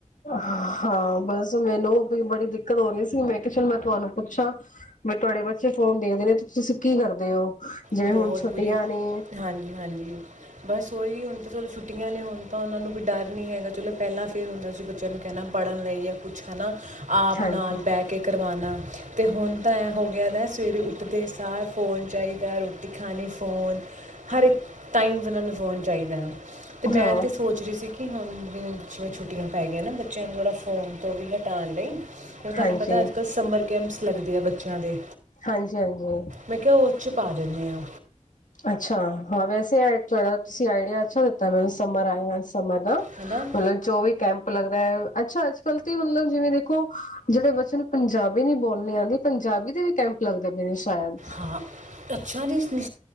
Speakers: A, on the left (about 80°); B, on the right (about 75°).
A: ਹਾਂ, ਬਸ ਮੈਨੂੰ ਬੜੀ ਦਿੱਕਤ ਹੋ ਰਹੀ ਸੀ ਮੈਂ ਕਿਹਾ ਚੱਲ ਮੈਂ ਤੁਹਾਨੂੰ ਪੁੱਛਾਂ ਫਿਰ ਤੁਹਾਡੇ ਬੱਚੇ ਫੋਨ ਦੇਖਦੇ ਨੇ। ਤੁਸੀਂ ਕੀ ਕਰਦੇ ਹੋ। ਜਿਵੇਂ
B: ਬਹੁਤ
A: ਹੁਣ ਛੁੱਟੀਆਂ
B: ਬੁਰੀ।
A: ਨੇ
B: ਹਾਂਜੀ- ਹਾਂਜੀ। ਬਸ ਸਹੀ, ਹੁਣ ਤਾਂ ਚਲੋ ਛੁੱਟੀਆਂ ਨੇ ਹੁਣ ਤਾਂ ਉਹਨਾਂ ਨੂੰ ਕੋਈ ਡਰ ਨਹੀਂ ਹੈਗਾ ਚਲੋ ਪਹਿਲਾਂ ਫਿਰ ਹੁੰਦਾ ਸੀ ਬੱਚਿਆਂ ਨੂੰ ਕਹਿਣਾ ਪੜ੍ਹਨ ਲਈ ਜਾਂ ਕੁਛ ਹੈ ਨਾ। ਆਪ
A: ਹਾਂਜੀ
B: ਨਾਲ ਬਹਿ ਕੇ ਕਰਵਾਣਾ ਅਤੇ ਹੁਣ ਤਾਂ ਐ ਹੋ ਗਿਆ ਸਵੇਰੇ ਉੱਠਦੇ ਸਾਰ ਫੋਨ ਚਾਹੀਦਾ। ਦਿਖਾਣੇ ਫੋਨ। ਹਰ ਇੱਕ ਟਾਈਮ ਉਹਨਾਂ ਨੂੰ ਫੋਨ ਚਾਹੀਦਾ। ਤੇ ਮੈਂ
A: ਹਾਂ
B: ਤੇ ਸੋਚ ਰਹੀ ਸੀ ਕਿ ਹੁਣ ਵੀ ਜਿਵੇਂ ਛੁੱਟੀਆਂ ਪੈ ਗਈਆਂ ਨਾ ਬੱਚਿਆਂ ਨੂੰ ਥੋੜ੍ਹਾ ਫੋਨ ਤੋਂ ਵੀ ਹਟਾਉਣ ਲਈ ਫਿਰ ਤੁਹਾਨੂੰ
A: ਹਾਂਜੀ
B: ਪਤਾ ਅੱਜ ਕੱਲ੍ਹ ਸਮਰ ਕੈਂਪਸ ਲੱਗਦੇ ਆ ਬੱਚਿਆਂ ਦੇ
A: ਹਾਂਜੀ-ਹਾਂਜੀ।
B: ਮੈਂ ਕਿਹਾ ਉਹ ਚ ਪਾ ਦਵਾ। ਆ।
A: ਅੱਛਾ, ਹਾਂ ਵੈਸੇ ਤੁਹਾਡਾ ਤੁਸੀਂ ਆਈਡੀਆ ਅੱਛਾ ਦਿੱਤਾ ਮੈਨੂੰ। ਸਮਰ ਆਇਆ। ਸਮਰ ਦਾ
B: ਹਨਾ
A: ਮਤਲਬ ਚੌਵੀ ਕੈਂਪ- ਲੱਗਦਾ ਹੈ, ਅੱਛਾ ਅੱਜ-ਕੱਲ੍ਹ ਤਾਂ ਮਤਲਬ, ਜਿਵੇਂ ਦੇਖੋ, ਜਿਹੜੇ ਬੱਚੇ ਨੂੰ ਪੰਜਾਬੀ ਨਹੀਂ ਬੋਲਣੀ ਆਦੀ, ਪੰਜਾਬੀ ਦੇ ਵੀ ਕੈਂਪ ਲੱਗਦੇ ਪਏ ਨੇ। ਸ਼ਾਇਦ
B: ਹਾਂ ਅੱਛਾ ਜੀ। ਨਹੀਂ